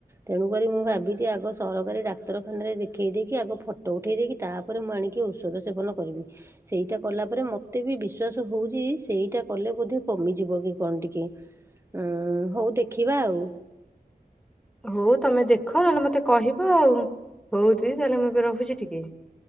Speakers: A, on the right; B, in the centre.
A: ତେଣୁକରି ମୁଁ ଭାବିଛି ଆଗ ସରକାରୀ ଡାକ୍ତରଖାନାରେ ଦେଖେଇ ଦେଇକି ଆଗ ଫଟୋ ଉଠେଇ ଦେଇକି ତାପରେ ମୁଁ ଆଣିକି ଔଷଧ ସେବନ କରିବି ସେଇଟା କଲା ପରେ ମତେ ବିଶ୍୍ୱାସ ହଉଛି ସେଇଟା କଲେ ବୋଧେ କମିଯିବ କି କଣ ଟିକେ ଉଁ ହଉ ଦେଖିବା ଆଉ।
B: ହଉ ତମେ ଦେଖ ନହେଲେ ମତେ କହିବ ଆଉ ହଉ ଦିଦି ତାହେଲେ ମୁଁ ଏବେ ରହୁଛି ଟିକେ